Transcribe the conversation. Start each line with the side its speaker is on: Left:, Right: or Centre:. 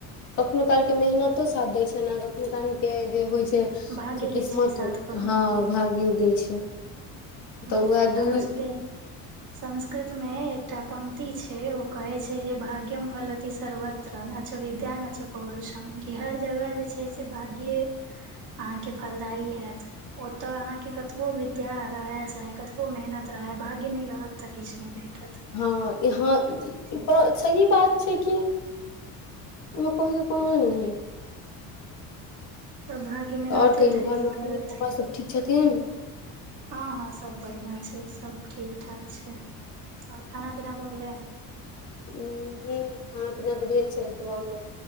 Left: कखनो काल के मेहनतो साथ देय छै ने आ कखनो काल के जे होइ छै
Right: भाग्य
Left: से किस्मतो
Right: दै छै साथ कखनो
Left: हँ भाग्यो दै छै तऽ
Right: बिल्कूल
Left: उएह दू
Right: हमर जगह संस्कृत में एकटा पंक्ति छै ओ कहै छै जे भाग्यम फलती सर्वत यत्र छौ विद्या न छौ पौरुषम कि हर जगह जे छै से भाग्य अहाँ के फलदायी हैत ओतऽ अहाँके कतबो विद्या रहत चाहे कतबो मेहनत रहै भाग्य नै रहत तऽ किछ नहि भेटत
Left: हँ हँ
Right: से
Left: ई
Right: बात
Left: त सही बात छै कि ओ कहइकै कोनो नहि है
Right: सब भागे में रहतै
Left: आओर कहियौ
Right: तऽ
Left: घरमे
Right: हयबे
Left: मम्मी
Right: करत
Left: पापा सब ठीक छथिन
Right: हँ हँ सब बढ़िआँ छै सब ठीक ठाक छै ओर खाना पीना भऽ गेलै
Left: हं हं खाना पीना तऽ भेल छलै सुबहमे